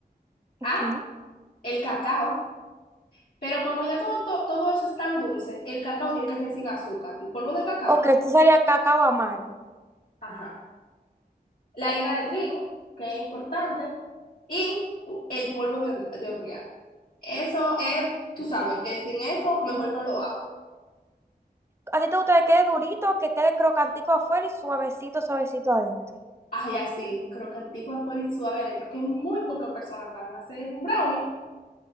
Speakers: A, on the right; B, on the left.
A: Ok.
B: Ah, el cacao, pero como ya todo, todo todo, eso es tan dulce, el cacao tiene que ser sin azúcar, el polvo del cacao.
A: Ok, tú serías cacao amargo.
B: Ajá. la harina de trigo, que es importante, y el polvo de, hor- de hornear. Eso es, tú sabes, que sin eso mejor no lo hago.
A: ¿A ti te gusta que quede durito, que quede crocantico afuera y suavecito, suavecito adentro?
B: Ay, así, crocantico, afuera y suave adentro, que muy pocas personas saben hacer un brownie,